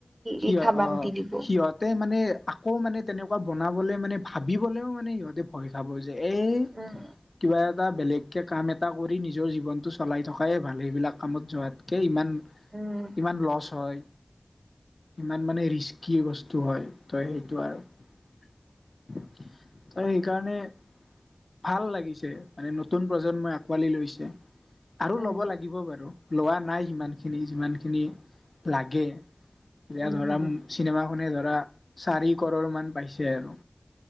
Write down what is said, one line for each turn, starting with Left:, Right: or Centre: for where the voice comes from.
Left: সিহত,
Right: লিখা বাদ
Left: অ',
Right: দি দিব
Left: সিহঁতে মানে আকৌ মানে তেনেকুৱা বনাবলে মানে, ভাবিবলৈও মানে সিহঁতে ভয় খাব। এই
Right: উম
Left: কিবা এটা বেলেগ কাম এটা কৰি নিজৰ জীৱনটো চলাই থকাইে ভাল, এইবিলাক কামত যোৱাতকে ইমান
Right: উম
Left: ইমান লচ হয়। ইমান মানে ৰিস্কি বস্তু। হয়, তো সেইটো আৰু, তো সেইকাৰণে ভাল লাগিছে, মানে নতুন প্ৰজন্মই আঁকোৱালি লৈছে। আৰু
Right: উম
Left: ল'ব লাগিব বাৰু, লোৱা নাই সিমানখিনি যিমানখিনি লাগে। এতিয়া
Right: উম
Left: ধৰা চিনেমাখনে ধৰা। চাৰি কৰ'ৰ মান পাইছে আৰু,